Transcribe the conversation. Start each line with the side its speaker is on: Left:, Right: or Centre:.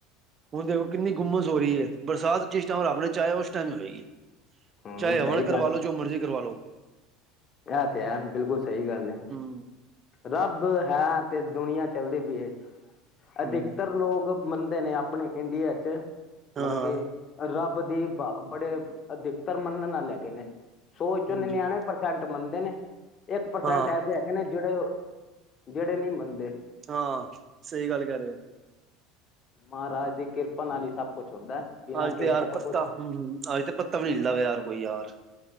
Right: ਹੁਣ ਦੇਖੋ ਕਿੰਨੀ ਗੁੰਮਸ? ਹੋ ਰਹੀ ਹੈ, ਬਰਸਾਤ ਜਿਸ ਟਾਇਮ ਰੱਬ ਨੇ ਚਾਯਾ, ਉਸ ਟਾਇਮ ਹੋਏਗੀ।
Left: ਹੂੰ
Right: ਚਾਹੇ
Left: ਸਹੀ
Right: ਹਵਨ ਕਰਵਾ ਲੋ, ਜੋ ਮਰਜ਼ੀ ਕਰਵਾ ਲੋ।
Left: ਐ ਤੇ ਹੈ, ਬਿਲਕੁਲ ਸਹੀ ਗੱਲ ਏ।
Right: ਹੂੰ
Left: ਰੱਬ ਹੈ, ਤੇ ਦੁਨੀਆਂ ਚੱਲਦੀ ਪਈ ਏ। ਅਧਿਕਤਰ
Right: ਹੂੰ
Left: ਲੋਗ ਮੰਨਦੇ ਨੇ ਆਪਣੇ ਇੰਡੀਆ ਚ।
Right: ਹਾਂ
Left: ਮਤਲਬ
Right: ਹਾਂ
Left: ਕਿ ਰੱਬ ਦੀ ਬਾ ਬੜੇ ਅਧਿਕਤਰ ਮੰਨਣ ਆਲੈ ਹੈਗੇ ਨੇ। ਸੋ ਚੋਂ
Right: ਹਾਂਜੀ
Left: ਨਿਨਯਾਨਵੇਂ ਪ੍ਰਸੈਂਟ ਮੰਨਦੇ ਨੇ। ਇਕ ਪ੍ਰਸੈਂਟ
Right: ਹਾਂ
Left: ਐਸੇ ਹੈਗੇ ਨੇ ਜੇੜੇ? ਜੇੜੇ ਨੀ ਮੰਨਦੇ।
Right: ਹਾਂ, ਸਹੀ ਗੱਲ ਕਹਿ ਰਹੇ ਹੋ।
Left: ਮਹਾਰਾਜ ਦੀ ਕਿਰਪਾ ਨਾਲ ਹੀ ਸਬ ਕੁਛ। ਹੁੰਦਾ ਬਿਨਾਂ
Right: ਅੱਜ
Left: ਕਿਰਪਾ
Right: ਤੇ ਯਾਰ
Left: ਤੋਂ
Right: ਪੱਤਾ
Left: ਕੁਛ
Right: ਹੂੰ- ਹੂੰ, ਅੱਜ ਤੇ ਪੱਤਾ ਵੀ ਨੀ ਹਿਲਦਾ ਪਿਆ ਯਾਰ ਕੋਈ ਯਾਰ।